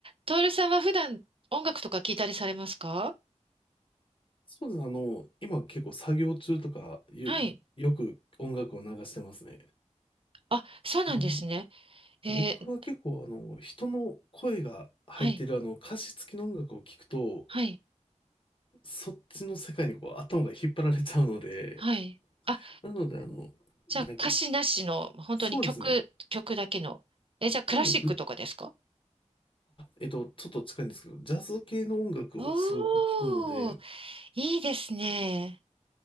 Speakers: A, on the right; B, on the left.
A: トールさんは普段音楽とか聞いたりされますか
B: そうです。あの、今結構作業中とかよ、
A: はい。
B: よく音楽を流してますね。
A: あ、そうなんですね。
B: あの、
A: えー
B: 僕は結構あの、人の声が入ってるあの、
A: はい、
B: 歌詞付きの音楽を聞くと、
A: はい、
B: そっちの世界にこう頭が引っ張られちゃうので、
A: はい。あ、
B: なのであの、
A: じゃあ歌詞なしの、
B: なんか、
A: 本当に曲、
B: そうですね。
A: 曲だけの。え、じゃあクラシックとかですか
B: なのでぐ、えっと、ちょっと近いんですけど、ジャズ系の音楽をすごく聞くので、
A: おー、いいですね。